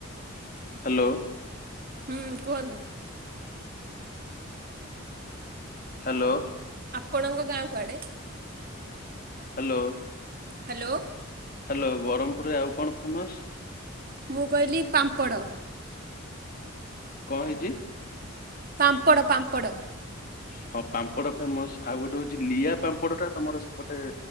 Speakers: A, on the right (about 45°); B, on the left (about 40°).
A: ହୁଁ
B: ହ୍ୟାଲୋ
A: କୁହନ୍ତୁ।
B: ହ୍ୟାଲୋ
A: ଆପଣଙ୍କ ଗାଁ କୁଆଡ଼େ?
B: ହ୍ୟାଲୋ
A: ହ୍ୟାଲୋ
B: ହ୍ୟାଲୋ ବ୍ରହ୍ମପୁରୀ ଆଉ କଣ ଫେମସ।
A: ମୁଁ କହିଲି ପାମ୍ପଡ଼।
B: କଂ ହେଇଚି।
A: ପାମ୍ପଡ଼ ପାମ୍ପଡ଼
B: ହଁ ପାମ୍ପଡ଼ ଫେମସ ଆଉ ଗୋଟେ ହଉଛି ଲିଆ ପାମ୍ପଡ ଟା ତମର ସେପଟେ